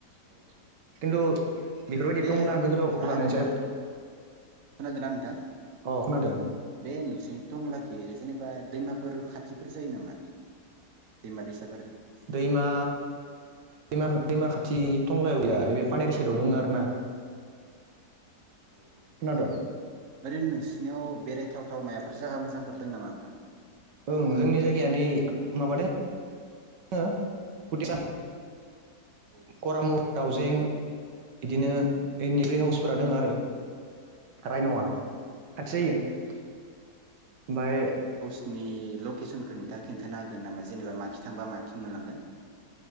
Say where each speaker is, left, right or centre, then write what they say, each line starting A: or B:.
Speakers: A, on the right (about 55°); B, on the right (about 80°).
A: औ औ
B: खिन्थु बेफोरबायदि
A: बे
B: टंला गोदोराव
A: मा
B: लानायनि
A: होनो
B: सायाव
A: खोनादोंना नोंथां
B: अ खोनादों
A: बे नोंसिनि टंलाखि जेनेबा दैमाफोर खाथिफोर जायो नामा दैमा दैसाफोर
B: दैमा दैमा हो दैमा खाथि टंलायाव गैया एसे पानिर साइदाव दङ आरो ना।
A: औ औ ओरैनो नोंसोरनि
B: खोनादों
A: नोंसिनियाव बेरायथावथाव मायाफोर जायगा मोजांफोर दं नामा नोंथां?
B: ओं जोंनि जायगाया नै माबादों फुथिसा
A: औ
B: करामुर दाउजें बिदिनो दैनि रि हाउसफोरा दङ आरो। राय नङा खाथि
A: औ औ
B: जायो ओमफ्राय
A: बेनि लकेसनखौ नोंथाङा खिन्थानो हागोन नामा जेनेबा माखि थांबा माखि मोनलांगोन।